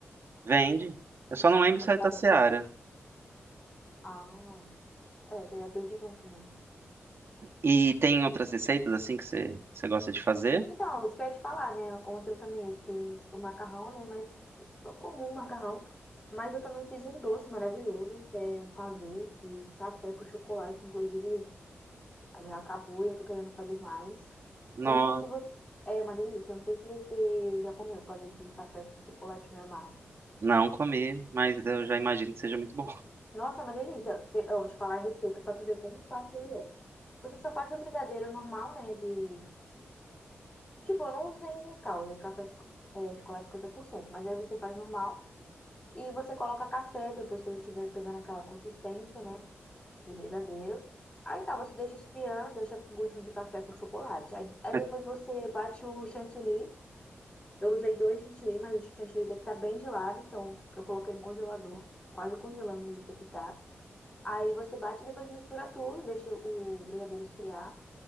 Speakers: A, on the right; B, on the left.
A: Vende. Eu só não lembro
B: Eu
A: se
B: nunca
A: é da Seara.
B: vi. Ah. É, tem a perdigão também.
A: E tem outras receitas assim que você, você gosta de fazer?
B: Então, isso que eu ia te falar, né? Ontem eu também eu fiz o macarrão, né? Mas o comum macarrão. Mas eu também fiz um doce maravilhoso, que é um pavê de café com chocolate. Inclusive, já acabou, já tô querendo fazer mais.
A: Não,
B: Eu não sei se você. É uma delícia. Eu não sei se você já comeu pavê de café com chocolate meio amargo.
A: não comi, mas eu já imagino que seja muito bom.
B: Nossa, é uma delícia. Te- Eu vou te falar a receita pra tu ver como fácil ele é. Você só faz o brigadeiro normal, né? De Tipo, eu não usei Nescau, né? Café es- é, chocolate 50%, mas aí você faz normal e você coloca café depois que ele estiver pegando aquela consistência, né? De brigadeiro. Aí tá, você deixa esfriando, deixa com gostinho de café com chocolate. Aí, aí
A: <laughs>
B: depois você bate o chantilly. Eu usei dois chantilly, mas o chantilly daqui tá bem gelado, então eu coloquei no congelador, quase congelando ele daqui tá. Aí você bate e depois mistura tudo, deixa o brigadeiro esfriar